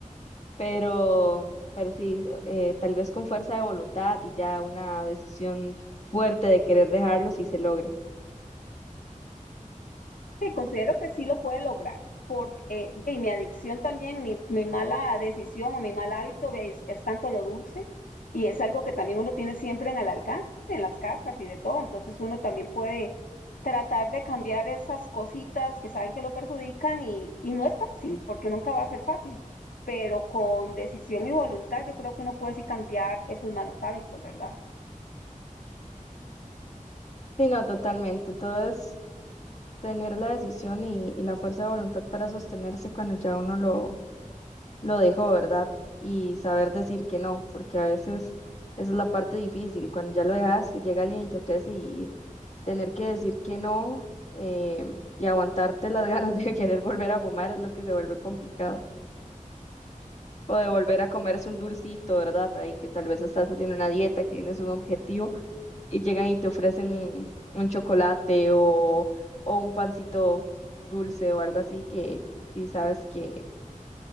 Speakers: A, on the left; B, on the left.
A: pero, pero sí, eh, tal vez con fuerza de voluntad y ya una decisión fuerte de querer dejarlo si se logre.
B: Sí, considero que sí lo puede lograr, porque de, mi adicción también, mi, mi mala decisión o mi mal hábito es, es tanto lo dulce y es algo que también uno tiene siempre en el alcance, en las casas y de todo, entonces uno también puede tratar de cambiar esas cositas que saben que lo perjudican y, y no es fácil, porque nunca va a ser fácil, pero con decisión y voluntad yo creo que uno puede sí cambiar esos malos hábitos, ¿verdad?
A: Sí, no, totalmente. Todo es tener la decisión y, y la fuerza de voluntad para sostenerse cuando ya uno lo, lo dejó, ¿verdad? Y saber decir que no, porque a veces esa es la parte difícil, cuando ya lo dejas y llega alguien y te ofrece y tener que decir que no eh, y aguantarte las <laughs> ganas de querer volver a fumar es lo que se vuelve complicado. O de volver a comerse un dulcito, ¿verdad? Ahí que tal vez estás haciendo una dieta, que tienes un objetivo y llegan y te ofrecen un, un chocolate o, o un pancito dulce o algo así que sí sabes que,